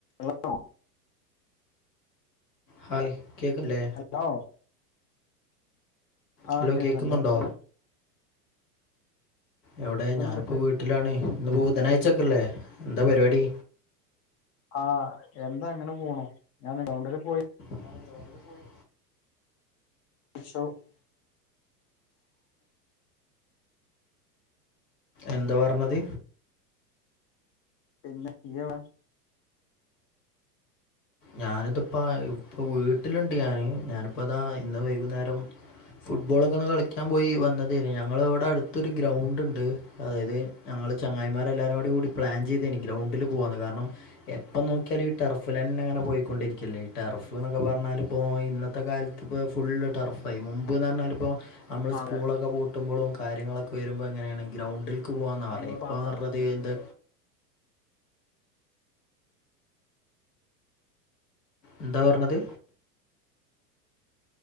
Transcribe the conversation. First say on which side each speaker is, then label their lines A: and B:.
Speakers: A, on the left; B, on the left.
A: ഓ ഓ
B: ഹായ് കേൾക്കല്ലേ
A: കേക്കാവോ ആ
B: ഹലോ
A: കേൾക്കുന്നുണ്ട്
B: കേൾക്കുന്നുണ്ടോ
A: അവിടെ
B: എവിടെ
A: കേക്കുന്നുണ്ട്
B: ഞാനിപ്പോൾ വീട്ടിലാണ് ഇന്ന് ബുധനാഴ്ച ഒക്കെയല്ലേ എന്താ പരിപാടി
A: ആഹ് എന്താ അങ്ങനെ പോണു ഞാൻ ഗൗണ്ടിൽ പോയി
B: ഞാൻ ഗൗണ്ടില് പോയി
A: <unintelligible>
B: എന്താ പറഞ്ഞത്
A: പിന്നെ നീയെവിടെ
B: ഞാനിതിപ്പ ഇപ്പ വീട്ടിലുണ്ട് ഞാൻ ഞാനിപ്പതാ ഇന്ന് വൈകുന്നേരം ഫുട്ബോളൊക്കെ ഒക്കെ കളിക്കാൻ പോയി വന്നതേല്ലേ ഞങ്ങളവിടെ അടുത്തൊരു ഗ്രൗണ്ട് ഉണ്ട്. അതായത് ഞങ്ങൾ ചങ്ങായിമാരെല്ലാവരോടും കൂടി പ്ലാൻ ചെയ്ത് ഇനി ഗ്രൗണ്ടിൽ പോകാണ് കാരണം എപ്പ നോക്കിയാൽ ഈ ടർഫിൽ തന്നെങ്ങനെ പോയിക്കൊണ്ടിരിക്കല്ലേ ഈ ടെർഫ് എന്നൊക്കെ പറഞ്ഞാൽ ഇപ്പോൾ ഇന്നത്തെ കാലത്ത് ഇപ്പോൾ ഫുൾ ടർഫായി മുമ്പ് മുമ്പെന്ന് പറഞ്ഞാൽ ഇപ്പോൾ നമ്മൾ
A: അതെ
B: സ്കൂളൊക്കെ പൂട്ടുമ്പോഴും കാര്യങ്ങളൊക്കെ വരുമ്പോൾ എങ്ങനെയാണ് ഗ്രൗണ്ടിൽ പോവാന്ന്
A: നമ്മള്
B: പറയ് ഇപ്പം
A: പാടത്ത്
B: <inaudible> എന്ത് എന്താ പറഞ്ഞത്